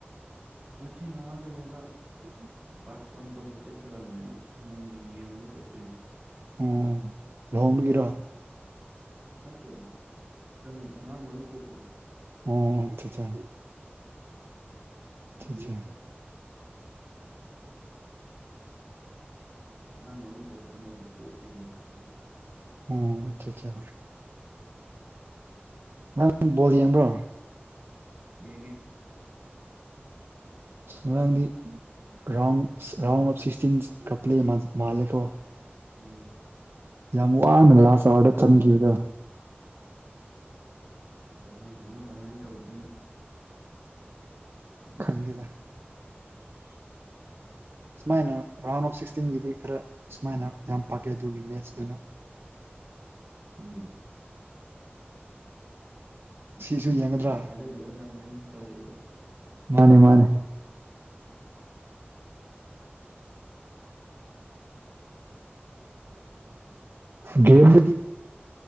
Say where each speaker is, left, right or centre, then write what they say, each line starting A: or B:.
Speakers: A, on the right; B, on the right.
A: ꯉꯁꯤ ꯅꯍꯥꯛ ꯂꯩꯔꯒ
B: <unintelligible>
A: ꯕꯥꯔꯇꯣꯟ ꯇꯧꯕ ꯆꯠꯀꯗꯕꯅꯦ ꯑꯗꯣ ꯅꯣꯡꯒꯤ ꯌꯦꯡꯉꯒ ꯆꯠꯇꯣꯏꯅꯦ
B: ꯑꯣ ꯂꯨꯍꯣꯡꯕꯒꯤꯔꯣ
A: ꯅꯠꯇꯦꯗꯥ ꯀꯩꯅꯣꯗ ꯑꯉꯥꯡ ꯃꯔꯨ ꯀꯣꯛꯄꯗꯣ
B: ꯑꯣ <unintelligible> ꯑꯆꯥꯑꯆꯥꯆꯥ
A: ꯑꯉꯥꯡ ꯃꯔꯨ ꯀꯣꯛꯄ ꯑꯃ ꯂꯩꯕ ꯗꯦꯠ ꯇꯦꯟꯗ ꯑꯗꯨꯒꯤ
B: ꯑꯣ ꯑꯆꯥ ꯑꯆꯥ ꯅꯪ ꯕꯣꯜ ꯌꯦꯡꯕ꯭ꯔꯣ
A: ꯌꯦꯡꯉꯦ
B: ꯉꯔꯥꯡꯗꯤ ꯔꯥꯎꯟ ꯔꯥꯎꯟ ꯑꯣꯞ ꯁꯤꯛꯁꯇꯤꯟ ꯀꯄ꯭ꯂꯦ ꯃꯥꯜꯂꯦꯀꯣ
A: ꯎꯝ
B: ꯌꯥꯝ ꯋꯥꯅ ꯂꯥꯁ ꯑꯋꯥꯔꯗ ꯆꯟꯈꯤꯕꯗꯣ
A: ꯋꯥꯔꯤꯁꯤꯅ ꯀꯃꯥꯏꯅ ꯇꯧꯗꯣꯏꯅꯣ
B: ꯈꯪꯗꯦꯗ ꯁꯨꯃꯥꯏꯅ ꯔꯥꯎꯟ ꯑꯣꯐ ꯁꯤꯛꯁꯇꯤꯟꯒꯤꯗꯤ ꯈꯔ ꯁꯨꯃꯥꯏꯅ ꯌꯥꯝ ꯄꯥꯀꯦ ꯑꯗꯨꯒꯤ ꯃꯦꯠꯁꯇꯨꯅ
A: ꯎꯝ
B: ꯁꯤꯁꯨ ꯌꯦꯡꯒꯗ꯭ꯔꯥ
A: <unintelligible> ꯊꯥꯖꯗꯕ ꯂꯝꯒꯩꯅ ꯁꯨꯝ ꯇꯧꯔꯛꯏꯗ
B: ꯃꯥꯅꯦ ꯃꯥꯅꯦ ꯒꯦꯝꯗꯗꯤ